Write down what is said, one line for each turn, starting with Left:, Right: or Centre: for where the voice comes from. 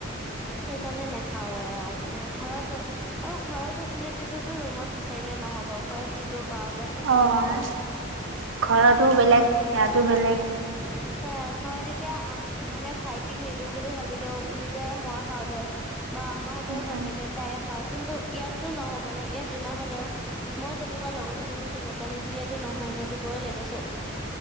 Centre: সেইকাৰণে নেখাওঁৱে আৰু মানে ঘৰত আৰু ঘৰৰ ফেচিলিটিটোতো ৰুমত বিচাৰ ৰিলে নহ'ব ঘৰত যিটো পাওঁ ইয়াতনো
Right: অ',
Centre: কেনেকে পাম। সেইটো,
Right: ঘৰতো বেলেগ ইয়াতো বেলেগ
Centre: সেয়াই। ঘৰত এতিয়া আম, মানে ভাইটিক নিদো বুলি ভাবিলেও নিজে মই খাওঁ দে। বা আম্মাহঁতেও
Right: উম,
Centre: ভাবে যে তায়ে খাওঁ কিন্তু ইয়াতো নহ'ব ন', ইয়াত যিমান হ'লেও মই যেনেকুৱা লগৰ কেইজনো তেনেকুৱা নিদিলেতো নহয় ন' দিবই লাগে চব।